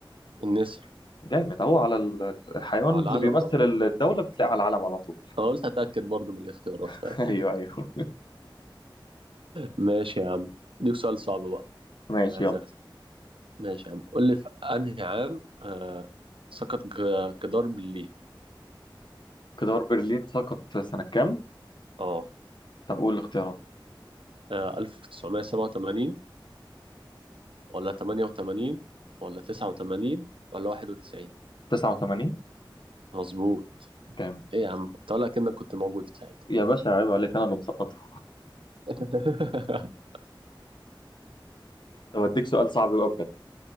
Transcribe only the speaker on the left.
جامد اهو على ال- الحيوان
اللي
بيمثل
الدولة بتلاقيه على العلم على طول
<laughs>
ايوه
ايوه
ماشي
يلا
جدار برلين سقط سنة كام
طب قول الاختيارات
89
جامد
يا باشا عيب عليك انا اللي مسقطها
طب اديك سؤال صعب بقى بجد